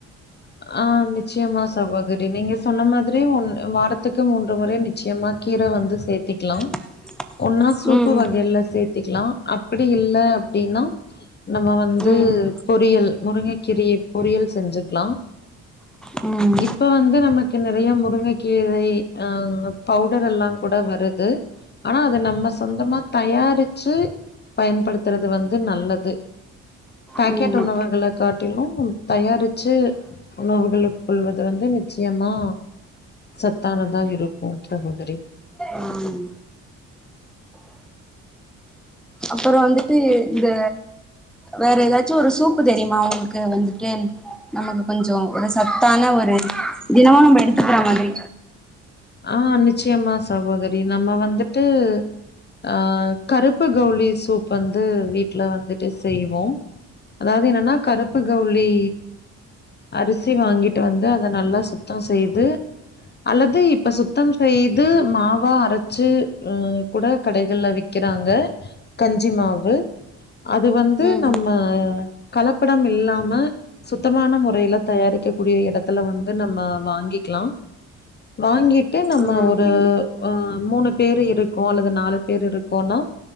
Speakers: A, on the left; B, in the centre.
A: ஆ நிச்சய்மா சகோதரி நீங்க சொன்ன மாதிரி ஒன் வாரத்துக்கு மூன்று முறை நிச்சயமா கீர வந்து சேர்த்திக்கிலாம்
B: <inaudible>
A: ஒன்னா சூப்பு
B: ம்
A: வகைல சேர்த்திக்கலாம் அப்டி இல்ல அப்டின்னா நம்ம வந்து
B: ம்
A: பொறியல் முருங்கைக்கீரிய பொறியல் செஞ்சுக்லாம்
B: ம்
A: இப்ப வந்து நமக்கு நெறைய முருங்கை கீரை ஆஹ் பவுடரெல்லாம் கூட வருது ஆனா அத நம் நம்ப சொந்தமா தயாரிச்சு பயன்படுத்துறது வந்து நல்லது பாக்கெட்
B: ஆமா
A: உணவகள காட்டிலும் தயாரிச்சு உணவுகள் உட்கொள்வது வந்து நிச்சயமா சத்தானதா இருக்கூ சகோதரி
B: ஆம் அப்றம் வந்துட்டு இந்த வேற ஏதாச்சு ஒரு சூப்பு தெரியுமா உங்களுக்கு வந்துட்டு நமக்கு கொஞ்சோம் ஒரு சத்தான ஒரு தினமும் நம்ப எடுத்துக்கற மாதிரி
A: ஆ நிச்சயமா சகோதரி நம்ம வந்துட்டு ஆ கருப்பு கவுளி சூப் வந்து வீட்ல வந்துட்டு செய்வோ அதாது என்னன்னா கருப்பு கவுலி அரிசி வாங்கிட்டு வந்து அத நல்லா சுத்தம் செய்து அல்லது இப்ப சுத்தம் செய்து மாவா அரச்சு கூட கடைகள்ல விக்குறாங்க கஞ்சி மாவு அது வந்து
B: ம்
A: நம்ம
B: ம்
A: கலப்படம் இல்லாம சுத்தமான முறையில தயாரிக்க கூடிய எடத்துல வந்து நம்ம வாங்கிக்கலாம் வாங்கிட்டு நம்ம
B: ஆமா
A: ஒரு ஆ மூணு பேரு இருக்கோ அல்லது நாலு பேரு இருக்கோனா